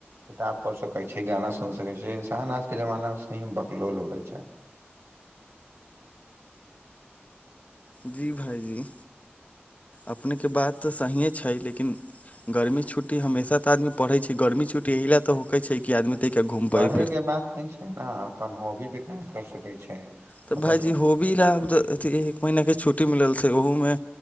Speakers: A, on the right (about 80°); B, on the left (about 35°).
A: किताब पढ़ सकै छी गाना सुन सकै छी इन्सान आज के जमाना मे सही मे बकलोल हो गेल छै
B: जी भायजी। अपनेके बात तऽ सहिए छै लेकिन। गर्मी छुट्टी हमेशा तऽ आदमी परैय छै गर्मी छुटी ले त होे छै कि आदमी ते के घूम प। ‌
A: तैय के बात नय छै ने अपन हॉबी पे काम कर सकैत छै।
B: तऽ
A: अपन
B: भायजी होबी लाभ अथ एक महीने छुट्टी मिलल छै ओहुमे।